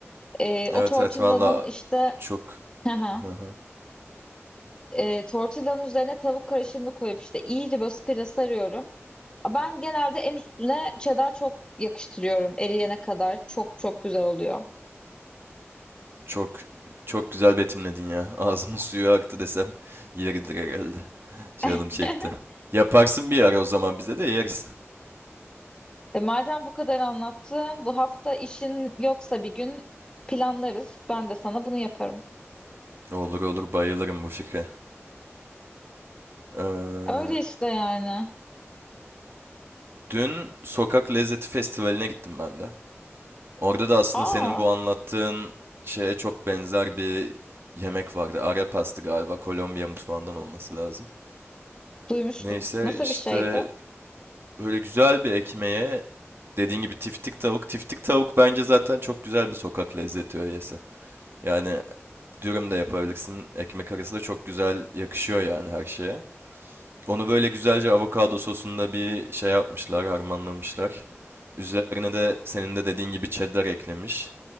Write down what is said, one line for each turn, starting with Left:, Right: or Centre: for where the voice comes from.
Left: E,
Right: Evet
Left: o tortillanın
Right: evet valla
Left: işte
Right: çok...
Left: <laughs>
Right: Hı hı.
Left: e, tortillanın üzerine tavuk karışımını koyup işte iyice böyle sıkıca sarıyorum. Ben genelde en üstüne cheddar çok yakıştırıyorum eriyene kadar. Çok çok güzel oluyor.
Right: Çok çok güzel betimledin ya. <laughs> Ağzımın suyu aktı desem yeridir herhalde. Canım
Left: <laughs>
Right: çekti. Yaparsın bir ara o zaman bize de yeriz.
Left: E, madem bu kadar anlattım, bu hafta işin yoksa bir gün planlarız. Ben de sana bunu yaparım.
Right: Olur olur bayılırım bu fikre. Ee,
Left: Öyle işte yani.
Right: dün Sokak Lezzeti Festivali'ne gittim ben de. Orada da aslında
Left: Aa,
Right: senin bu anlattığın şeye çok benzer bir yemek vardı. Arepas pastı galiba. Kolombiya mutfağından olması lazım.
Left: duymuştum.
Right: Neyse
Left: Nasıl
Right: işte
Left: bir şeydi?
Right: Böyle güzel bir ekmeğe dediğin gibi tiftik tavuk. Tiftik tavuk bence zaten çok güzel bir sokak lezzeti öğesi. Yani dürüm de yapabilirsin. Ekmek arası da çok güzel yakışıyor yani her şeye. Onu böyle güzelce avokado sosunda bir şey yapmışlar, harmanlamışlar. Üzerine de senin de dediğin gibi cheddar eklemiş.